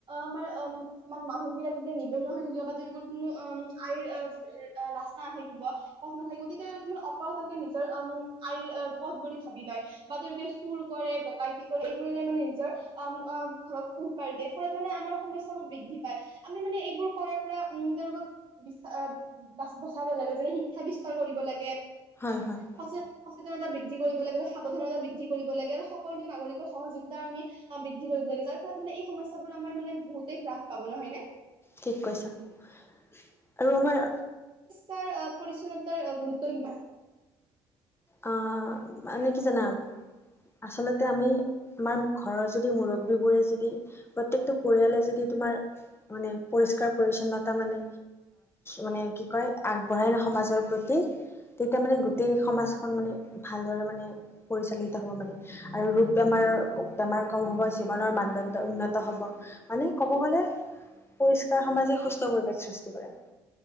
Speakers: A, on the right; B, on the left.
A: আমাৰ মানে মানুহ বিলাক যেতিয়া নিবনুৱা হৈ থাকিব বা তেওঁলোকৰ কোনো আয়ৰ ৰাস্তা নাথাকিব পথ নাথাকিব তেতিয়া তেওঁলোকে মানে অপৰাধকে নিজৰ আয়ৰ পথ বুলি ভাবি লয় বা তেওঁলোকে চুৰ কৰে, ডকাইতি কৰে এইবোৰে মানে নিজৰ ঘৰক পোহপাৰ দিয়ে ফলত মানে আমাৰ সমস্যা বোৰ বৃদ্ধি পায় আমি মানে এইবোৰ কৰাৰ পৰা উম তেওঁলোকক বি বচাব লাগে যেনে শিক্ষা বিস্তাৰ কৰিব লাগে
B: হয় হয়
A: সচে সচেতনতা বৃদ্ধি কৰিব লাগে বা সাৱধানতা বৃদ্ধি কৰিব লাগে আৰু সকলো নাগৰিকৰ সহযোগিতা আমি বৃদ্ধি কৰিব লাগে যাৰ ফলত মানে এই সমস্যাবোৰ আমাৰ মানে বহুতেই হ্ৰাস পাব নহয় নে?
B: ঠিক কৈছা আৰু আমাৰ
A: তাৰ পৰিচ্ছন্নতাৰ গুৰুত্ব কিমান?
B: আহ মানে কি জানা আচলতে আমি আমাৰ ঘৰৰ যদি মুৰব্বীবোৰে যদি প্ৰত্যেকটো পৰিয়ালে যদি তোমাৰ মানে পৰিষ্কাৰ পৰিচ্ছন্নতা মানে মানে কি কয় আগবঢ়াই নহ সমাজৰ প্ৰতি তেতিয়া মানে গোটেই সমাজখন মানে ভালদৰে মানে পৰিচালিত হ'ব মানে আৰু ৰোগ বেমাৰৰ বেমাৰ কম হ'ব জীৱনৰ মানদণ্ড উন্নত হ'ব মানে ক'ব গ'লে পৰিষ্কাৰ সমাজে সুস্থ পৰিৱেশ সৃষ্টি কৰে।